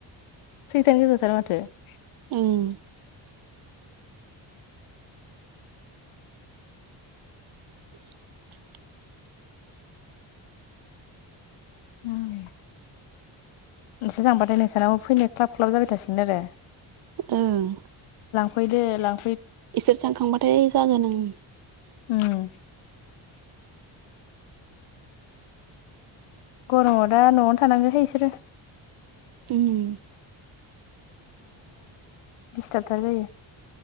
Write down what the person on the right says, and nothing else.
उम। <inaudible>
ओं
इसोर थांखांबाथाय जागोन ओं।
उम